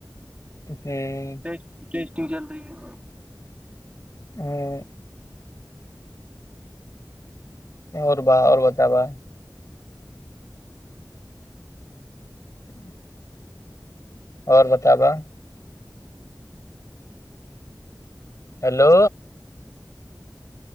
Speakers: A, on the left (about 45°); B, on the right (about 20°).
A: ते <unintelligible>
B: टेस्ट टेस्टिंग चल रही है
A: उं आओर बा आओर बताबा <inaudible> आओर बताबा हैलो